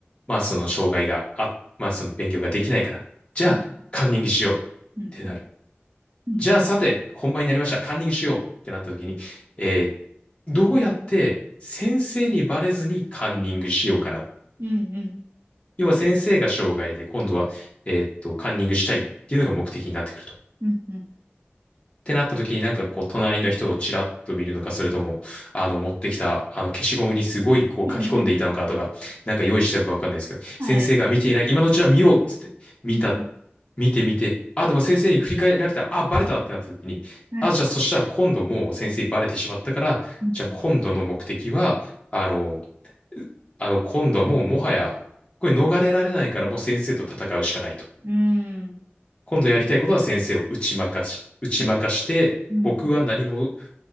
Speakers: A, on the left (about 25°); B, on the right (about 70°).
A: まあその障害があ、まあその勉強ができないから、じゃあカンニングしようっ
B: うん、うん、
A: てなる。
B: うん、うん、
A: じゃあさて、
B: うん、
A: 本番になりました。カンニングしようってなった時に、えーどうやって先生にバレずにカンニングしようかな。
B: うん、
A: 要は先生が障害で、今度は、えーっと、カンニングしたいっていうのが目的になってくると。
B: うん、うん。
A: てなった時になんかこう隣の人をちらっと見るのか、それとも、あの持ってきたあの消しゴムにすごいこう書き込んでいたのかとか、
B: <laughs>
A: なんか用意してたかわかんないですけど、
B: はい。
A: 先生が見ていない、今のうちは見ようっつって、見た、
B: うん、うん
A: 見てみて、あ、でも先生に振り返られた、あ、バレたってなった時に、
B: はい。
A: あ、じゃあそしたら今度もう先生バレてしまったから、
B: うん、
A: じゃあ今度の目的は、
B: うん。
A: あの、あの今度はもうもはや、これ逃れられないからもう先生と戦うしかないと。
B: うん。
A: 今度やりたいことは先生を打ち負かし、打ち負かして、
B: うん。
A: 僕は何も
B: うん。